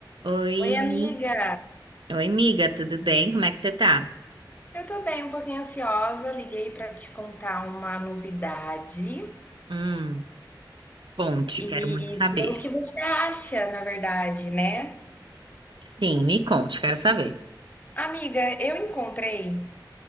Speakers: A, on the right (about 85°); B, on the left (about 20°).
A: Oi.
B: Oi, amiga!
A: Oi, amiga, tudo bem? Como é que você tá?
B: Eu tô bem, um pouquinho ansiosa. Liguei pra te contar uma novidade
A: Hum, conte,
B: e
A: quero muito saber.
B: ver o que você acha, na verdade, né?
A: Sim, me conte, quero saber.
B: Amiga, eu encontrei